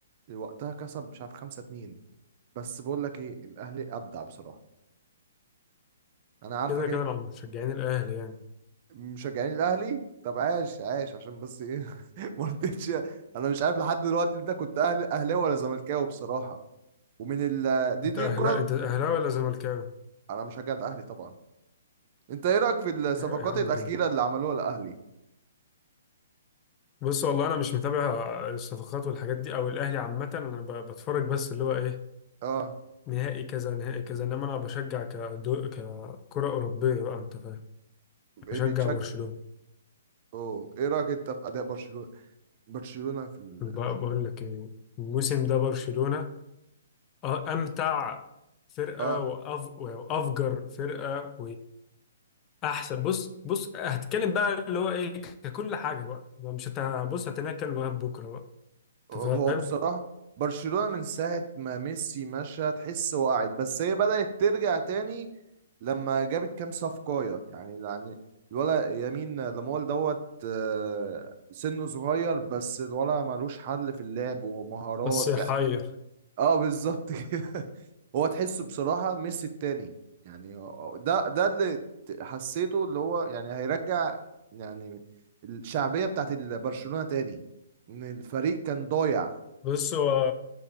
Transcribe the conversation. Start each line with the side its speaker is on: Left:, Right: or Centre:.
Right: وقتها كسب مش عارف 5-2 بس بقول لك ايه الاهلي ابدع بصراحه انا عارفك
Left: كده كده انا مشجعين الاهلي يعني
Right: مشجعين الاهلي طب عاش عاش عشان بس ايه <laughs> ما رضيتش انا مش عارف لحد دلوقتي انت كنت اهلي اهلاوي ولا زملكاوي بصراحه ومن ال دي
Left: انت
Right: دي
Left: اهلا
Right: الكره
Left: انت اهلاوي ولا زملكاوي؟
Right: انا مشجع الاهلي طبعا انت ايه رايك في الصفقات
Left: ايوه يا عم
Right: الاخيره
Left: كده
Right: اللي عملوها الاهلي
Left: بص والله انا مش متابع الصفقات والحاجات دي او الاهلي عامة انا ب- بتفرج بس اللي هو ايه
Right: اه
Left: نهائي كذا نهائي كذا انما انا بشجع كدو... ككرة اوروبية بقى انت فاهم
Right: إيه
Left: بشجع
Right: بيتشجع
Left: برشلونة
Right: اوه ايه رايك انت في اداء برشلونه برشلونه في ال...
Left: وبقى بقول لك ايه الموسم ده برشلونة أ- امتع فرقة
Right: اه
Left: وأف... وافجر فرقة احسن بص بص هتتكلم بقى اللي هو ايه ككل حاجه بقى مش هت بص هتناكل لغايه بكره بقى
Right: هو
Left: انت فاهم
Right: بصراحة برشلونة من ساعة ما ميسي مشى تحس وقعت بس هي بدأت ترجع تاني لما جابت كام صفقاية يعني يعني الولا يمين لامول دوت آه، سنه صغير بس الولا ملوش حل في اللعب ومهارات
Left: بس يحير
Right: يعني بس اه بالظبط كده <laughs> هو تحسه بصراحة ميسي التاني يعني هو- ده ده اللي ت- حسيته اللي هو يعني هيرجع يعني الشعبية بتاعت برشلونة تاني ان الفريق كان ضايع
Left: بص هو